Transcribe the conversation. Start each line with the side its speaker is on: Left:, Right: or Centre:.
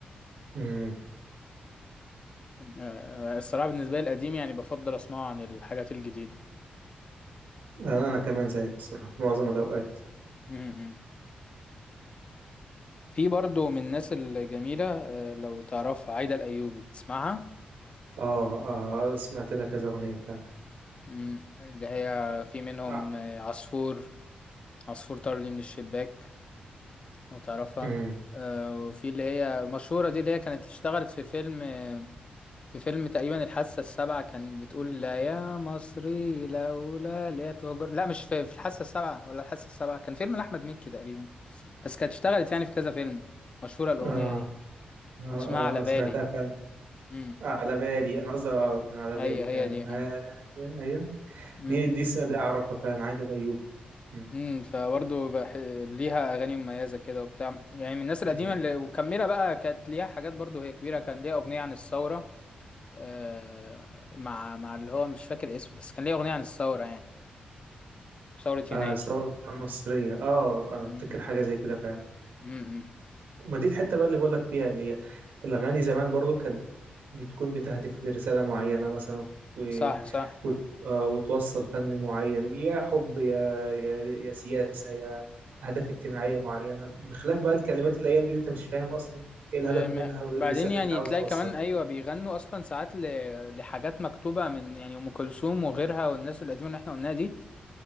Right: امم
Left: آه، الصراحه بالنسبه لي القديم يعني بفضل اسمعه عن الحاجات الجديده
Right: انا أنا كمان زيك الصراحه معظم الاوقات
Left: م-م. في برضو من الناس الجميله آه، لو تعرفها عايده الايوبي بتسمعها
Right: اه اه سمعت لها كذا اغنيه فعلا
Left: م، اللي هي في منهم
Right: اه
Left: آه، عصفور عصفور طار لي من الشباك لو تعرفها
Right: امم
Left: آه، وفي اللي هي مشهورة دي اللي هي كانت اشتغلت في فيلم في فيلم تقريبا الحاسة السابعة كان بتقول لا يا مصري لولا اللي هي تهجر لا مش في, في الحاسة السابعة ولا الحاسة السابعة كان فيلم لأحمد مكي تقريبا بس كانت اشتغلت يعني في كذا فيلم مشهورة الأغنية
Right: اه
Left: دي
Right: اه
Left: اسمها على
Right: اه سمعتها
Left: بالي
Right: فعلا
Left: امم
Right: على بالي انا قصدي اه كان على
Left: هي
Right: بالي فعلا
Left: هي دي
Right: على
Left: اه
Right: بالي ايوه
Left: امم
Right: دي دي السنة دي أعرفها فعلا عايدة الأيوب مم.
Left: امم فبرضه بح... ليها أغاني مميزة كده وبتاع يعني من الناس القديمة
Right: مم.
Left: اللي ومكملة بقى كانت ليها حاجات برضه هي كبيرة كان ليها أغنية عن الثورة آه، مع مع اللي هو مش فاكر اسمه بس كان ليه أغنية عن الثورة يعني ثورة يناير
Right: آه ثورة المصرية اه أنا
Left: امم
Right: أفتكر حاجة زي كده فعلا
Left: امم
Right: ما دي الحتة بقى اللي بقول لك فيها اللي هي الأغاني زمان برضو كانت بتكون بتهدف لرسالة معينة مثلا و...
Left: صح صح
Right: وت... آه وتوصل فن معين يا حب يا يا, يا سياسة يا أهداف اجتماعية معينة بخلاف بقى الكلمات الأيام دي أنت مش فاهم أصلا إيه الهدف
Left: آه، ما-
Right: منها وإيه
Left: بعدين
Right: الرسالة
Left: يعني
Right: اللي أنت عاوز
Left: تلاقي
Right: توصلها
Left: كمان أيوة بيغنوا أصلا ساعات ل- لحاجات مكتوبة من يعني أم كلثوم وغيرها والناس القديمة اللي احنا قلناها دي